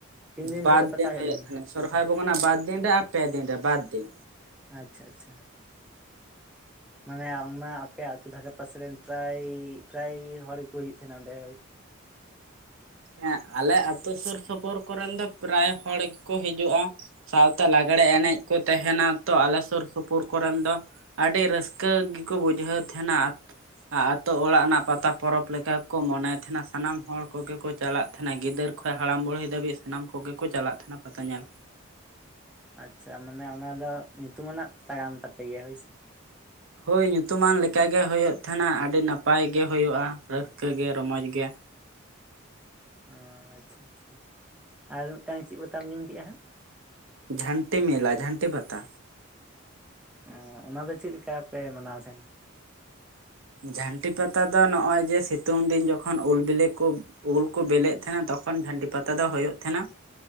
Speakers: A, in the centre; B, on the right.
A: ᱛᱤᱱ ᱫᱤᱱ
B: ᱵᱟᱨ
A: ᱫᱷᱚᱨᱮ ᱯᱟᱛᱟ ᱦᱮᱡ
B: ᱦᱩᱭᱩᱜ
A: ᱞᱮᱱᱟ
B: ᱛᱟᱦᱮᱱᱟ ᱥᱚᱨᱦᱟᱭ ᱵᱚᱜᱟ ᱠᱟᱱᱟ ᱵᱟᱨ ᱫᱤᱱ ᱨᱮ ᱟᱨ ᱯᱮ ᱫᱤᱱ ᱨᱮ ᱵᱟᱨ ᱫᱤᱱ
A: ᱟᱪᱷᱟ ᱟᱪᱷᱟ ᱢᱟᱱᱮ ᱚᱱᱟ ᱟᱯᱮ ᱟᱛᱳ ᱫᱷᱟᱨᱮ ᱯᱟᱥᱮᱨᱮᱱ ᱯᱨᱟᱭ ᱯᱨᱟᱭ ᱦᱚᱲ ᱜᱮᱠᱚ ᱦᱩᱭᱩᱜ ᱛᱟᱦᱮᱱᱟ ᱚᱸᱰᱮ
B: ᱦᱮᱸ ᱟᱞᱮ ᱟᱹᱛᱩ ᱥᱩᱨ ᱥᱩᱯᱩᱨ ᱠᱚᱨᱮᱱ ᱫᱚ ᱯᱨᱟᱭ ᱦᱚᱲ ᱜᱮᱠᱚ ᱦᱤᱡᱩᱜᱼᱟ ᱥᱟᱶᱛᱮ ᱞᱟᱜᱽᱲᱮ ᱮᱱᱮᱡ ᱠᱚ ᱛᱟᱦᱮᱱᱟ ᱛᱚ ᱟᱞᱮ ᱥᱩᱨ ᱥᱩᱯᱩᱨ ᱠᱚᱨᱮᱱ ᱫᱚ ᱟᱹᱰᱤ ᱨᱟᱹᱥᱠᱟᱹ ᱜᱮᱠᱚ ᱵᱩᱡᱷᱟᱹᱣ ᱛᱟᱦᱮᱸᱱᱟ ᱟᱛᱳ ᱚᱲᱟᱜ ᱨᱮᱱᱟᱜ ᱯᱟᱛᱟ ᱯᱚᱨᱚᱵᱽ ᱞᱮᱠᱟ ᱠᱚ ᱢᱟᱱᱮ ᱮᱫ ᱛᱟᱦᱮᱱᱟ ᱥᱟᱱᱟᱢ ᱦᱚᱲ ᱠᱚᱜᱮ ᱠᱚ ᱪᱟᱞᱟᱜ ᱛᱟᱦᱮᱱᱟ ᱜᱤᱫᱟᱹᱨ ᱠᱷᱚᱡ ᱦᱟᱲᱟᱢ ᱵᱩᱲᱦᱤ ᱫᱷᱟᱹᱵᱤᱡ ᱥᱟᱱᱟᱢ ᱠᱚᱜᱮ ᱠᱚ ᱪᱟᱞᱟᱜ ᱛᱟᱦᱮᱱᱟ ᱯᱟᱛᱟ ᱧᱮᱞ
A: ᱟᱪᱷᱟ ᱢᱟᱱᱮ ᱚᱱᱟ ᱫᱚ ᱧᱩᱛᱩᱢᱟᱱᱟᱜ ᱯᱟᱛᱟ ᱠᱟᱱ ᱛᱟᱯᱮ ᱜᱮᱭᱟ ᱦᱳᱭ ᱥᱮ
B: ᱦᱳᱭ ᱧᱩᱛᱩᱢᱟᱱ ᱞᱮᱠᱟ ᱜᱮ ᱦᱩᱭᱩᱜ ᱛᱟᱦᱮᱱᱟ ᱟᱹᱰᱤ ᱱᱟᱯᱟᱭ ᱜᱮ ᱦᱩᱭᱩᱜ-ᱟ ᱨᱟᱹᱥᱠᱟᱹ ᱜᱮ ᱨᱚᱢᱚᱡᱽ ᱜᱮ
A: ᱚ ᱟᱪᱪᱷᱟ ᱟᱪᱪᱷᱟ ᱟᱨ ᱢᱤᱫᱴᱟᱝ ᱪᱮᱫ ᱵᱟᱛᱟᱢ ᱧᱩᱢ ᱠᱮᱫ-ᱟ ᱦᱟᱜ
B: ᱡᱷᱟᱱᱴᱤ ᱢᱮᱞᱟ ᱡᱷᱟᱱᱴᱤ ᱯᱟᱛᱟ
A: ᱮᱸ ᱚᱱᱟ ᱫᱚ ᱪᱮᱫ ᱞᱮᱠᱟᱹ ᱯᱮ ᱢᱟᱱᱟᱣ ᱛᱟᱦᱮᱱᱟ
B: ᱡᱷᱟᱹᱱᱴᱤ ᱯᱟᱛᱟ ᱫᱚ ᱱᱚᱜ ᱚᱚᱭ ᱡᱮ ᱥᱤᱛᱩᱝ ᱫᱤᱱ ᱡᱚᱠᱷᱚᱱ ᱩᱞ ᱵᱤᱞᱤ ᱠᱚ ᱩᱞ ᱠᱚ ᱵᱞᱮᱫ ᱛᱟᱦᱮᱱᱟ ᱛᱚᱠᱷᱚᱱ ᱡᱷᱟᱹᱱᱴᱤ ᱯᱟᱛᱟ ᱫᱚᱳᱭᱳᱜ ᱛᱟᱦᱮ ᱱᱟ